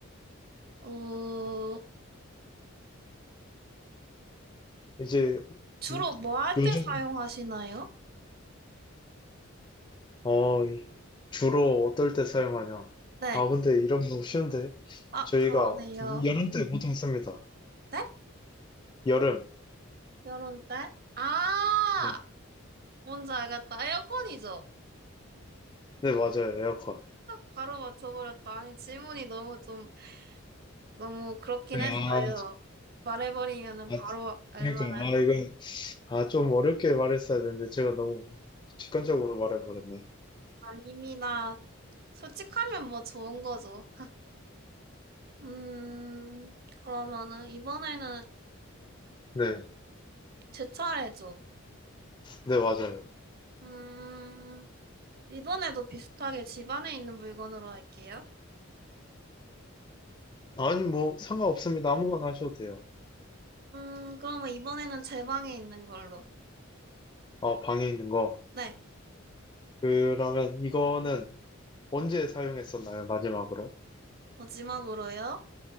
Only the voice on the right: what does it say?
어,
주로
뭐 할
때 사용하시나요?
네.
아,
그러네요.
네?
여름 때? 아!
뭔지 알겠다. 에어컨이죠?
바로 맞춰버렸다. 아니, 질문이 너무 좀, 너무 그렇긴
했어요.
말해버리면은
바로 알만한.
아닙니다. 솔직하면 뭐 좋은 거죠. 음, 그러면은 이번에는
제 차례죠.
음, 이번에도 비슷하게 집 안에 있는 물건으로 할게요.
음, 그러면 이번에는 제 방에 있는 걸로.
네,
마지막으로요.